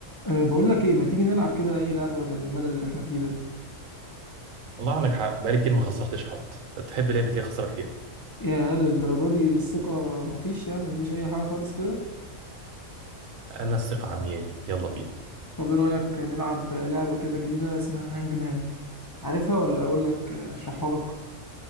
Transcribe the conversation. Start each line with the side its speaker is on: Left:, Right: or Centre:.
Left: أه بقول لك ايه ما تيجي نلعب كده اي لعبة بدل الملل اللي احنا فيه ده
Right: والله عندك حق بقالي كتير ما خسرتش حد تحب لعبة ايه اخسرك فيها
Left: يا للدرجة دي الثقة مفيش يعني مفيش اي حاجة خالص كده
Right: انا الثقة عمياني يلا بينا
Left: طب ايه رأيك نلعب لعبة كده جديدة اسمها هانج مان عارفها ولا اقول لك آه، اشرحها لك